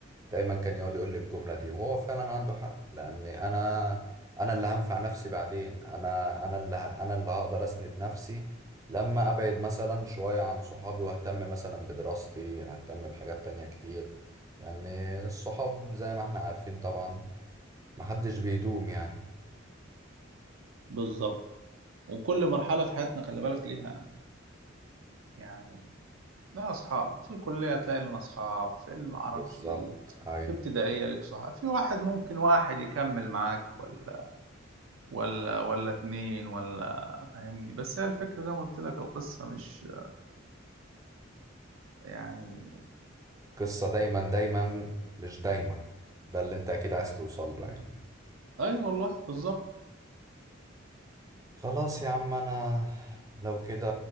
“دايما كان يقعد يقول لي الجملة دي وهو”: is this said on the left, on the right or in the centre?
Right